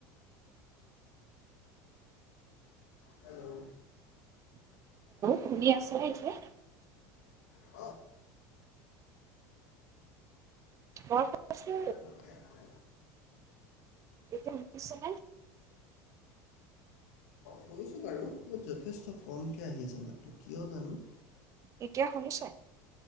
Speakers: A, on the left; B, on the right.
A: হেল্ল'
B: শুণি আছে নে এতিয়া
A: উম
B: মই কৈ ছো
A: তোমাৰ ভালকৈ অহা নাই।
B: শুনিছানে
A: শুনিছো বাৰু, যথেষ্ট কমকে আহি আছে মাতটো কিয় জানো?
B: এতিয়া শুনিছে।